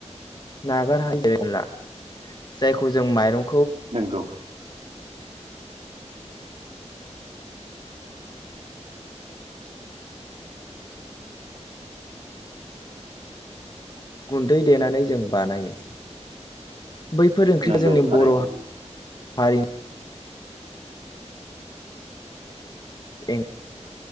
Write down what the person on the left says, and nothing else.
नागार हायि <inaudible> जायखौ जों माइरं।
गुन्दै देनानै जों बानायो। बैफोर ओंख्रिखौ
जोंनि
बर' हारिनि। एं